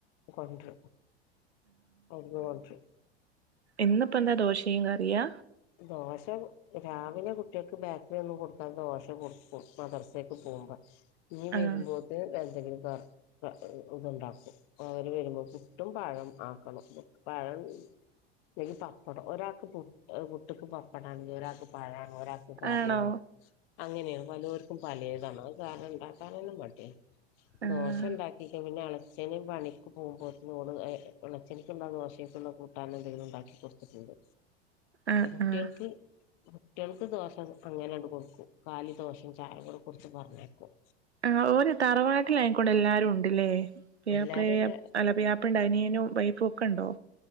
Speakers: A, on the left; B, on the right.
A: കൊണ്ട് അക്കമാക്ഷ <unintelligible>
B: ഇന്ന്പ്പോ എന്താ ദോശയും കറിയാ
A: ദോശ രാവിലെ കുട്ട്യാക് ബേക്കറിയൊന്നും കൊട്ക്കാതെ ദോശ കൊട്കും മദ്രസേക് പോവുമ്പം ഇഞ് വെരുമ്പോക്ക്
B: ആഹ്
A: എന്തെങ്കിലും കറ് ഇതുണ്ടാക്കും അവര് വരുമ്പോ പുട്ടും പഴം ആക്കണം പഴം ല്ലെങ്കിൽ പപ്പടം ഒരാൾക്ക് പുട് പുട്ട്ക്ക് പപ്പടാണെങ്കി ഒരാൾക്ക് പാഴണ് ഒരാക്ക് കാറിയണം
B: ആണോ
A: അങ്ങനേണ് പലോർക്കും പലേതാണ് അത് കാരണം ഇണ്ടാക്കാനെന്നെ മട്യാണ്
B: ആഹ്
A: ദോശ ഉണ്ടാക്കിക്ക പിന്നെ ഏള ച്ചന് പണിക്ക് പോവുമ്പോത്തിനോള് എളച്ചൻക്ള്ള ദോശേക്ക്ള്ള കൂട്ടാനെന്തങ്കിലും ഇണ്ടാക്കി കൊട്ത്ത്ട്ട്ണ്ട്
B: ആഹ്
A: കുട്ട്യേൾക്ക്
B: ആഹ്
A: കുട്ട്യേൾക്ക് ദോശ അങ്ങനെയാണ്ട് കൊടുക്കും കാലി ദോശിം ചായ കൂടെ കൊട്ത്ത് പർഞ്ഞേക്കും
B: ആ ഓര് തറവാട്ട്ലായനെക്കൊണ്ട് എല്ലാരും ഇണ്ട്ല്ലേ പ്യുയ്യാപ്ലേം
A: എല്ലാരുംല്ല
B: അല്ല പുയ്യാപ്ലൻ്റനിയനും വൈഫും ഒക്കണ്ടോ